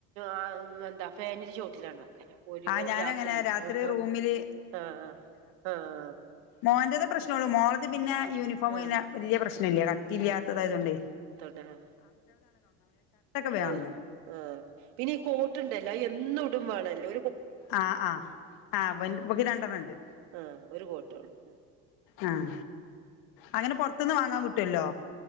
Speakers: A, on the right (about 80°); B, on the left (about 70°).
A: ആ മ്മ് എന്താ ഫാനിന്റെ ചുവട്ടിലാണ്ടോ ഒര
B: ആ ഞാനങ്ങനെ
A: രാത്രി ആ
B: റൂമില്
A: ആഹ് ആഹ
B: മോന്റെത പ്രശ്നം ഉള്ളു മോളത് പിന്നെ യൂണിഫോം
A: ആഹ്
B: പിന്നെ വലിയ പ്രശ്ന ഇല്ല കട്ടി ഇല്ലാത്തതായത് കൊണ്ട്
A: തന്നെ
B: വേഗം
A: അത
B: ഉണങ്ങും
A: ആ പിന്നെ കോട്ട്ണ്ടല്ലോ അതെന്നും ഇടും മാണല്ലോ
B: ആ ആ ആ ബക്ക് രണ്ടെണ്ണം ഉണ്ട്
A: ആ ഒരു കോട്ട് ഉള്ളൂ ആ.
B: ആഹ അങ്ങനെ പൊറത്തന്ന് വാങ്ങാൻ കിട്ടുവല്ലോ